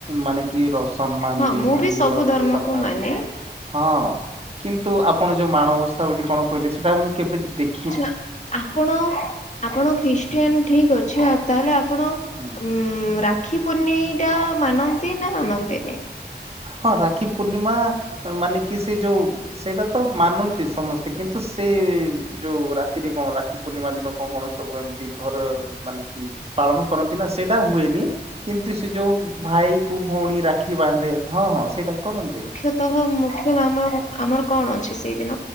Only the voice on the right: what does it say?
ମାନେ କି ରସମ୍ମାନ
ଦିଏ ମୁଁ
ହିନ୍ଦୁ
ଧର୍ମକୁ ସମ୍ମାନ
ଦିଏ। ହଁ କିନ୍ତୁ ଆପଣ ଯୋଉ ମାଣବସା ବୋଲି କଣ କହିଲେ ସେଇଟା ମୁଁ କେବେ ଦେଖି
ହୁଁ ହୁଁ
ହୁଁ ହୁଁ।
ହଁ ରାକ୍ଷୀ ପୂର୍ଣ୍ଣିମା ମାନେ କି ସେ ଯୋଉ ସେଇଟା ତ ମାନନ୍ତି ସମସ୍ତେ କିନ୍ତୁ ସେ ଯୋଉ ରାତିରେ କଣ ରାକ୍ଷୀ ପୂର୍ଣ୍ଣିମା ଦିନ କଣ କଣ ସବୁ ଏମିତି ଘର ମାନେ କି ପାଳନ କରନ୍ତି ନା ସେଇଟା ହୁଏନି। କିନ୍ତୁ ସେ ଯୋଉ ଭାଇ କ ଭଉଣୀ ରାକ୍ଷୀ ବାନ୍ଧେ ହଁ ହଁ ସେଇଟା କରନ୍ତି